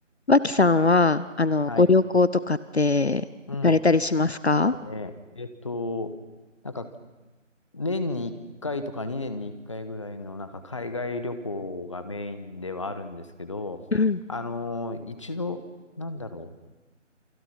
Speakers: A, on the left; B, on the left.
A: 脇さんは、あの、
B: はい。
A: ご旅行とかって行かれたりしますか
B: うん。そうね。えっと、なんか、年に1回とか2年に1回ぐらいの、なんか、海外旅行がメインではあるんですけど、
A: うん。
B: あのー一度、なんだろ